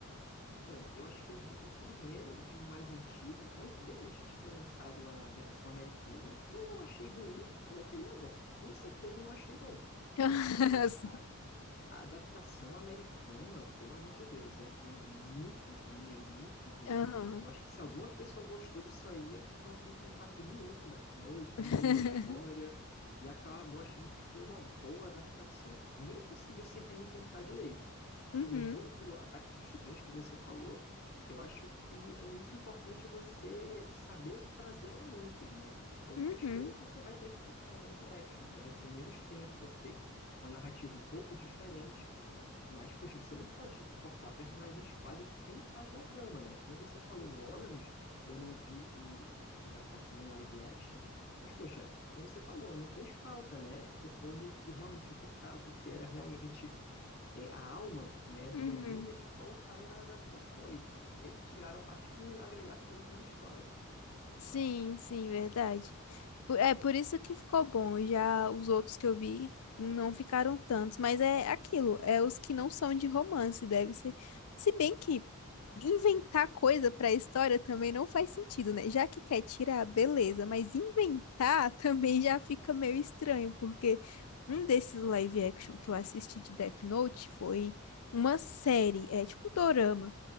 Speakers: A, on the left; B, on the left.
A: Então, eu acho que eu vi o primeiro de um mais antigo, an- bem antes de ter lançado a versão americana, que eu não achei ruim, mas é aquele negócio, com certeza eu não achei bom.
B: <laughs>
A: Agora, A adaptação americana, pelo amor de Deus, é, é muito ruim, é muito ruim.
B: Aham.
A: Eu acho que se alguma pessoa gostou disso aí é porque ela não tem contato nenhum com Death Note,
B: <laughs>
A: não viu a história e acabou achando que foi uma boa adaptação. Nem conseguiu se reinventar direito. E
B: Uhum,
A: comentando do Ataque dos Titãs que você falou, eu acho que é muito importante você saber trazer elementos, né? Algumas
B: uhum,
A: coisas você vai ter que cortar em live action, né? Vai ser menos tempo, vai ser uma narrativa um pouco diferente, mas, poxa, você não pode cortar personagens quase que sem trás da trama, né? Que nem você falou no Orange, eu não vi o, essa adaptação em live action, mas, poxa, como você falou, não fez falta, né? Focou no que realmente importava, o que era realmente é, a alma né, do
B: uhum.
A: anime, eles colocaram na adaptação e é, tiraram parte que não ia agregar tanto na história.
B: Sim, sim, verdade. Po- É por isso que ficou bom. Já os outros que eu vi não ficaram tantos, mas é aquilo, é os que não são de romance, deve ser. Se bem que inventar coisa pra história também não faz sentido, né? Já que quer tirar, beleza, mas inventar <laughs> também já fica meio estranho, porque um desses live action que eu assisti de Death Note foi uma série, é tipo um dorama.